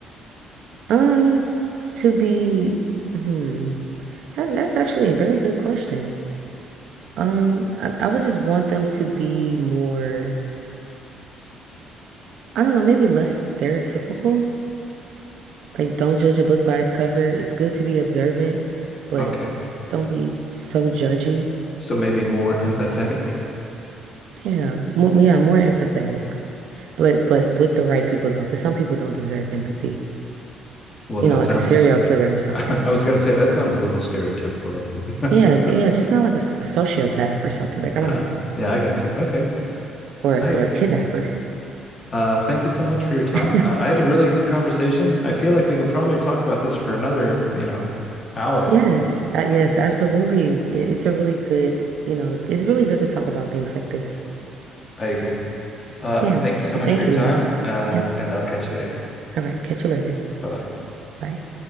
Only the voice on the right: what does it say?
Um, to be, hmm, that, that's actually a very good question. Um, I, I would just want them to be more, I don't know, maybe less stereotypical. Like, don't judge a book by its cover. It's good to be observant, but
don't be so judgy.
Yeah, mo yeah, more empathetic, but but with the right people though, because some people don't deserve empathy.
You
know, like
a serial killer
or something.
Yeah,
j- yeah, just not like a, s- a sociopath or something. Like, I
don't know,
or a,
or a kidnapper.
<laughs>
Yes, uh, yes, absolutely. I- It's a really good, you know, it's really good to talk about things like this.
Yeah,
so
thank
you.
Yep.
All right, catch you later.
Bye.